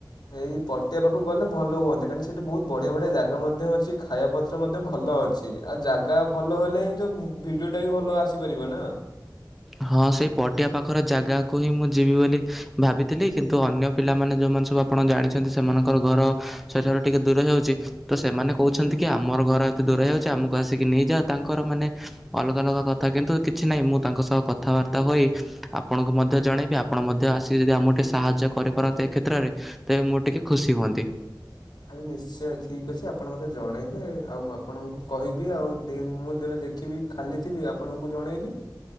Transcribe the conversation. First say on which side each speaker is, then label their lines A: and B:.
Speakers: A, on the left; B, in the centre.
A: ଏଇ ପଟିଆ ପାଖକୁ ଗଲେ ଭଲ ହୁଅନ୍ତା। କ <unintelligible> ସେଠି ବହୁତ ବଢିଆ ବଢିଆ ଜାଗା ମଧ୍ୟ ଅଛି ଖାଇବା ପତ୍ର ମଧ୍ୟ ଭଲ ଅଛି। ଅଛି ଆଉ ଜାଗା ଭଲ ହେଲେ ହିଁ ତ ଭିଡିଓ ଟା ବି ଭଲ ଆସିପାରିବ ନା।
B: ହଁ ସେଇ ପଟିଆ ପାଖର ଜାଗାକୁ ହିଁ ମୁଁ ଯିବି ବୋଲି ଭାବିଥିଲି କିନ୍ତୁ ଅନ୍ୟ ପିଲାମାନେ ଯୋଉମାନେ ସବୁ ଆପଣ ଜାଣିଛନ୍ତି ସେମାନଙ୍କର ଘର ସେଠାରୁ ଟିକେ ଦୂର ହେଉଛି। ତ ସେମାନେ କହୁଛନ୍ତି କି ଆମର ଘର ଏତେ ଦୂର ହେଇଯାଉଛି ଆମକୁ ଆସିକି ନେଇଯାଅ ତାଙ୍କର ମାନେ ଅଲଗା ଅଲଗା କଥା କିନ୍ତୁ କିଛି ନାହିଁ ମୁଁ ତାଙ୍କ ସହ କଥାବାର୍ତ୍ତା ହୋଇ ଆପଣଙ୍କୁ ମଧ୍ୟ ଜଣେଇବି ଆପଣ ମଧ୍ୟ ଆସିକି ଯଦି ଆମକୁ ଟିକେ ସାହାଯ୍ୟ କରିପାରନ୍ତେ ଏ କ୍ଷେତ୍ରରେ ତ ମୁଁ ଟିକେ ଖୁସି ହୁଅନ୍ତି।
A: ଆରେ ନିଶ୍ଚୟ ଠିକ୍ ଅଛି ଆପଣ ମୋତେ ଜଣେଇବେ ଆଉ ମୁଁ ଆପଣଙ୍କୁ କହିବି ଆଉ ମୁଁ ଦେବେ ଦେଖିବି ଖାଲି ଥିବି ଆପଣଙ୍କୁ ଜଣେଇବି।